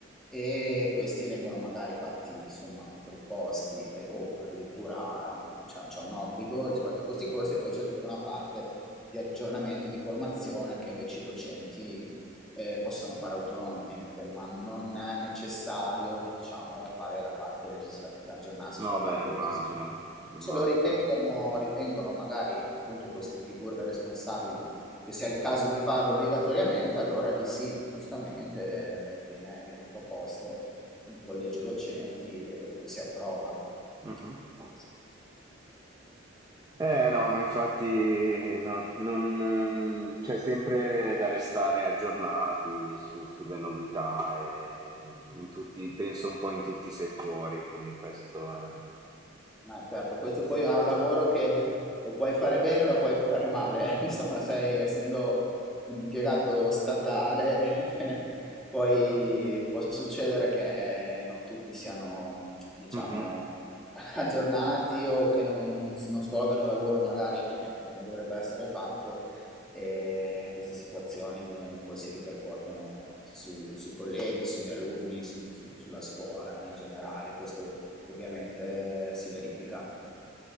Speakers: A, in the centre; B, on the right.
A: e questi vengono magari fatti, insomma, proposti eh, o addirittura mh, c'è c'è un obbligo rispetto a questi corsi e poi c'è tutta una parte di aggiornamento e di formazione che invece i docenti eh, possono fare autonomamente, ma non è necessario, diciamo, fare la parte legislativa, aggiornarsi sulla
B: No,
A: parte
B: beh, immagino,
A: legislativa.
B: immagino.
A: Se lo ritengono, ritengono magari appunto queste figure responsabili che sia il caso di farlo obbligatoriamente, allora lì sì, giustamente eh, viene, viene proposto in collegio docenti e poi si approva.
B: Mh-mh.
A: Questo sì.
B: Eh, no, ma infatti no, non c'è sempre da restare aggiornati su sulle novità, ehm, in tutti penso un po' in tutti i settori, quindi questo è
A: Ah, certo, questo
B: E così.
A: poi è un lavoro che <laughs> lo puoi fare bene, lo puoi fare male, eh. <laughs> Insomma, sei, essendo un impiegato statale, <laughs> beh, poi può succedere che non tutti siano, diciamo,
B: Mhm.
A: <laughs> aggiornati o che non, non s- non svolgano il lavoro magari eh, come dovrebbe essere fatto e queste situazioni poi si ripercuotono su- sui colleghi, sugli alunni, su- su- sulla scuola in generale. Questo ovviamente si verifica.